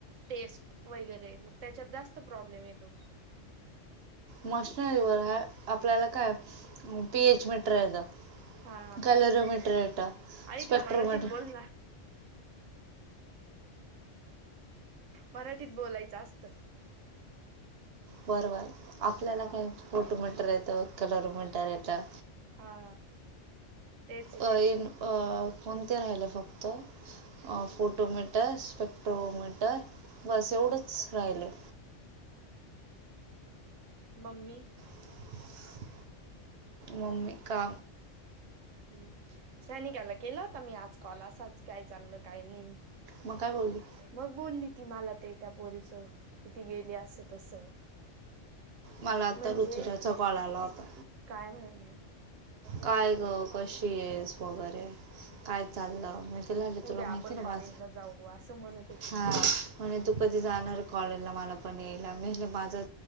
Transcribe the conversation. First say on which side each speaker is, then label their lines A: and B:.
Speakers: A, on the right (about 85°); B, on the right (about 60°).
A: टेस्ट वगैरे, मग त्याच्यात जास्त प्रॉब्लेम येतो.
B: मशनरीवर हाय, आपल्याला काय पी एच मीटरयचंऽ
A: हा
B: कलरो ममीट,, र ट
A: ऐक
B: स्पेक्ट्रोमीटर,
A: ना मराठीत बोल ना मराठीत बोलायचं असस्त.
B: बरं, बर आपल्याला
A: हा
B: काय,, फोटो म्हणत रेतो कलर म्हणत यता.
A: हा, तेच आहे
B: अ,
A: फक्त
B: येन,, कोणते राहिले फक्त फोटोमीटर स्पेक्ट्रोमीटर बस एवढंच राहिलंय
A: म्मी.
B: <inaudible> मम्मी का
A: हम्म, सैनिकाला केला होता मी आज कॉल असाच काय चाललं काही नाही.
B: मग काय बोलली?
A: मग बोलली ती मला ते त्या पोरी सोबत, कि ती गेली असं तस.
B: मला आता
A: म्हणजे
B: ऋतुजाचा कॉल आला होता.
A: काय म्हण? <unintelligible>
B: काय ग? कशी येस वगैरे? काय चाललं <unintelligible> झाली
A: उद्या
B: तुला माहिती
A: आपण
B: नाई
A: कॉलेजला
B: माझ,
A: जाऊ असं म्हणत होती
B: हां, म्हणे तू कधी जाणार कॉलेजला मला पण यायला मी मनल माझं